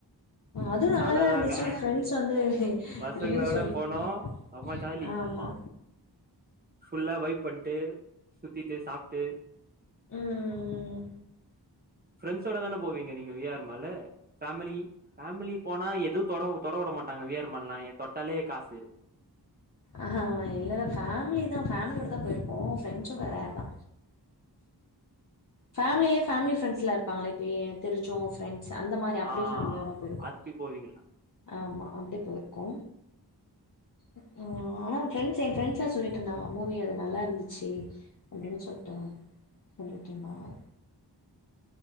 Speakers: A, on the left; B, on the right.
A: அதுவு நல்லாதா
B: தலதாங்க
A: இருந்துச்சு ஃப்ரெண்ட்ஸ் வந்து
B: பசங்களளோட
A: ரிவ்யூ சொல்லிட்ருந்தாங்க
B: போனோம் சமாஜாலி
A: ஆமா
B: ஃபுல்லா வைப் பண்ட்டு சுத்திட்டு சாப்ட்டு
A: ம்ம்
B: ஃப்ரரெண்ட்ஸோட தான போவீங்க நீங்க இங்க V R mall family family போனா எதுவும் தொட தொடவிட மாட் நாங்க வி ஆர்மல்னா எ தொ ட்டாலே காசு
A: ஆஹா இல்ல நா ஃபேமிலிதா ஃபேமிலியோடதா போயிருக்கோ ஃப்ரெண்ட்ஸோட ரேர்தா ஃபேமிலிலயே பேமிலி ஃபிரண்ட்ஸ்லா இருப்பாங்கலே இப்ப எனக்கு தெரிஞ்சவங்க ஃப்ரெண்ட் ஸ் அந்த மாரி அப்படி
B: ஆ
A: ஃபேமிலியோட போயிருகோ
B: அப்பி போவீங்களா
A: ஆமா அப்டி போயிருக்கோ அ ஆனா ஃப்ரெண்ட்ஸு எ ஃப்ரெண்ட்ஸ்லா சொல்லிட்ருந்தாங்க மூவி அது நல்லா இருந்துச்சு அப்டின் சொல்ட்ருந்தாங் சொல்லி ட்ருந்தாங்க